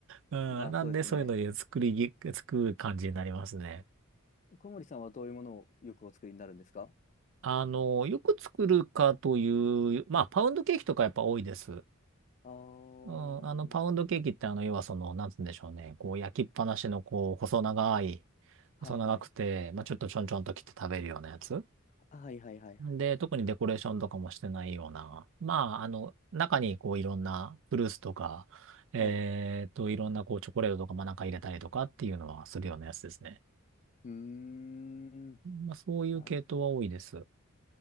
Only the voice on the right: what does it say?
うん。
なんでそういうので作りぎ、
作る感じになりますね。
あの、よく作るかという、まあパウンドケーキとかやっぱ多いです。
うん、あの、パウンドケーキって、あの、要はその、なんつうんでしょうね。こう、焼きっぱなしの、こう、細長い、
細長くて、まあ、ちょっとちょんちょんと切って食べるようなやつ。
で、特にデコレーションとかもしてないような。まあ、あの、中に、こう、いろんなフルーツとか、えーっと、
いろんな、こう、チョコレートとか、まあ、なんか入れたりとかっていうのはするようなやつですね。
まあ、そういう系統は多いです。